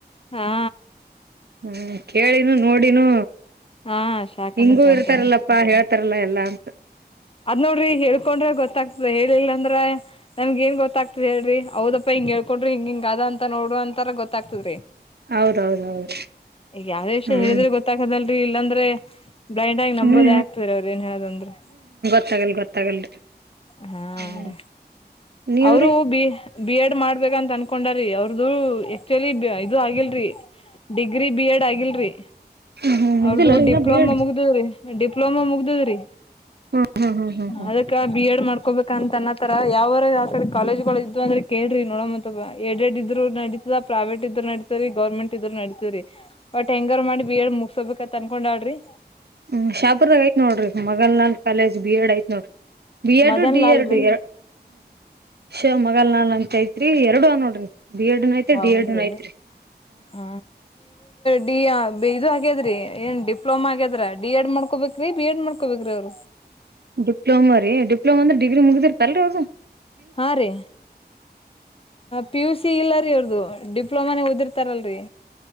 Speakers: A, on the left; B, on the right.
A: ಹಾ
B: ಹ್ಮ್ ಕೇಳಿನು ನೋಡಿನು
A: ಹಾ ಶಾಕ್
B: ಹಿಂಗೂ
A: ಅನಸ್ತನ್ರಿ
B: ಇರ್ತಾರಲ್ಲಪ್ಪ ಹೇಳ್ತಾರಲ್ಲ ಎಲ್ಲಾ ಅಂತ
A: ಅದ್ ನೋಡ್ರಿ ಹೇಳ್ಕೊಂಡ್ರೆ ಗೊತ್ತಾಗ್ತದೆ ಹೇಳಿಲ್ಲ ಅಂದ್ರ ನಮ್ಗ ಏನ್ ಗೊತ್ತಾಗ್ತದೆ ಹೇಳ್ರಿ ಹೌದಪ್ಪ ಹಿಂಗ ಹೇಕೊಂಡ್ರಿಂಗ ಹಿಂಗ ಅದ ಅಂತ ನೋಡು ಅಂತ ಆದ್ರು ಗೊತ್ತಗದೆ
B: ಹೌದೌದೌದು
A: ಈಗ ಯಾವದೇ ವಿಷಯ
B: ಹ್ಮ್
A: ಹೇಳಿದ್ರೆ ಗೊತ್ತಾಗದಾಲ್ ಇಲ್ಲಾಂದ್ರೆ ಬ್ಲೈಂಡ್ ಆಗಿ ನಂಬೋದೇ
B: ಹ್ಮ್
A: ಆಗ್ತವರ ಅವ್ರರು ಏನ್ ಹೇಳದ ಅಂದ್ರೆ
B: ಗೊತ್ತಾಗಲ್ಲ ಗೊತ್ತಾಗಲ್ರಿ
A: ಹಾದ
B: ಹ್ಮ್ ನೀವ್ರಿ
A: ಅವರು ಬಿ ಬಿಎಡ್ ಮಾಡ್ಬೇಕಂತ ಅನ್ಕ ಕೊಂಡೀರೀ ಅವ್ರದು ಆಕ್ಚುಲಿ ಇದು ಆಗಿಲ್ರಿ ಡಿಗ್ರಿ ಬಿ ಎಡ್ ಆಗಿಲ್ರಿ
B: ಹ್ಮ್ ಹ್ಮ್ ಮುಗ್ದಿಲ್ಲ
A: ಅವ್ರ್ದು
B: ಇನ್ನ
A: ಡಿಪ್ಲೊಮಾ
B: ಬಿ ಎಡ್
A: ಮುಗ್ದದ್ರಿ ಡಿಪ್ಲೋಮಾ ಮುಗ್ದದ್ರಿ
B: ಹ್ಮ ಹ್ಮ ಹ್ಮ್ ಹ್ಮ ಹ್ಮ
A: ಅದಕ್ಕ ಬಿ ಎಡ್ ಮಾಡ್ಕೋಬೇಕ ಅಂತ ಅನ್ನತರ ಯಾವಾರ ಯಾವಕಡೆ ಕಾಲೇಜ್ಗಳು ಇದು ಅಂದ್ರೆ ಕೇಳ್ರಿ ನೋಡ ಮ ಎಡ್ ಎಡ್ ಇದ್ರು ನಡೀದ ಪ್ರೈವೇಟ್ ಇದ್ರು ನಡೀತ ಸರಿ ಗೌರ್ಮೆಂಟ್ ಇದ್ರರು ನಡಿತತಿವ್ರೀ ಬಟ್ ಹೆಂಗಾರ ಮಾಡಿ ಬಿ ಎಡ್ ಮುಗಿಸೋಬೇಕತ್ ಅನ್ಕೊಂಡಾಳ್ರಿ
B: ಹ್ಮ್ ಶಾಪುರ್ದಾಗ ಐತಿ ನೋಡ್ರಿ ಮಗಲ್ ನಲ್ ಕಾಲೇಜ್ ಬಿ ಎಡ್ ಐತ್ ನೋಡ್ರಿ B Ed
A: Madan
B: D
A: Lal
B: Ed
A: ರೀ
B: ಎರಡು ಶಿವ್ ಮಗಲ್ ನಾಳ ಅಂತ ಐತ್ರಿ ಎರಡು ನೋಡ್ರಿ ಬಿ ಎಡ್ ನು ಐತ್ರಿ
A: ಹೌದ್ರಿ
B: ಡಿ ಎಡ್ ನು ಐತ್ರಿ
A: ಹ ಡಿ ಇದು ಆಗ್ಯದ್ರೀ ಏನ್ ಡಿಪ್ಲೋಮಾ ಆಗ್ಯದ್ರ ಡಿ ಎಡ್ ಮಾಡ್ಕೋಬೇಕ್ರೀ ಬಿ ಎಡ್ ಮಾಡ್ಕೋಬೇಕ ರು
B: ಡಿಪ್ಲೊಮಾ ರೀ ಡಿಪ್ಲೊಮಾ ಅಂದ್ರೆ ಡಿಗ್ರಿ ಮುಗ್ದಿರ್ತಲ್ರಿ ಅವದು
A: ಹಾ ರೀ ಪಿಯುಸಿ ಇಲ್ಲ ರೀ ಅವ್ರದು ಡಿಪ್ಲೊಮಾನೆ ಓದಿರ್ತಾರಲ್ರರಿ